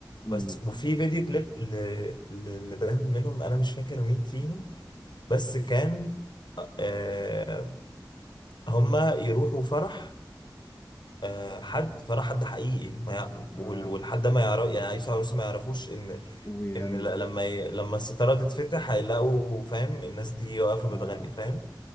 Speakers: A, on the left; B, on the left.
A: امم
B: بس وفي فيديو كليب ل... ل... لبند منهم انا مش فاكر مين فيهم بس كان آه هما يروحوا فرح آه، حد فرح حد حقيقي ما يع...
A: اه
B: وال- والحد ده ما يعرف يعني عيسى عروسه ما يعرفوش ان
A: ويغنوا
B: ان ل- لما ي... لما الستاره تتفتح هيلاقوا فاهم الناس دي واقفه
A: اه
B: بتغني فاهم